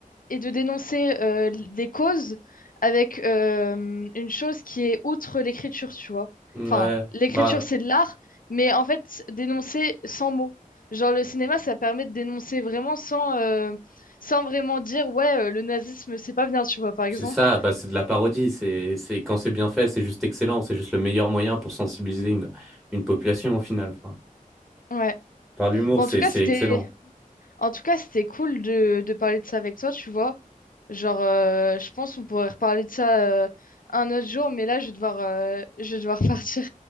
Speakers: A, on the left (about 70°); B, in the centre.
A: et de dénoncer euh, des causes avec euh, une chose qui est outre l'écriture, tu vois.
B: Ouais,
A: Enfin, l'écriture
B: bah
A: c'est de l'art, mais en fait dénoncer sans mots. Genre le cinéma ça permet de dénoncer vraiment sans euh, sans vraiment dire ouais euh, le nazisme c'est pas bien, tu vois par exemple.
B: c'est ça, bah c'est de la parodie. C'est, c'est quand c'est bien fait, c'est juste excellent. C'est juste le meilleur moyen pour sensibiliser une, une population au final. Enfin,
A: Ouais.
B: par l'humour,
A: Bon
B: c'est,
A: en tout cas
B: c'est
A: c'était
B: excellent.
A: En tout cas, c'était cool de, de parler de ça avec toi, tu vois. Genre, euh, je pense qu'on pourrait reparler de ça euh, un autre jour, mais là, je vais devoir, euh, je vais devoir <laughs> partir.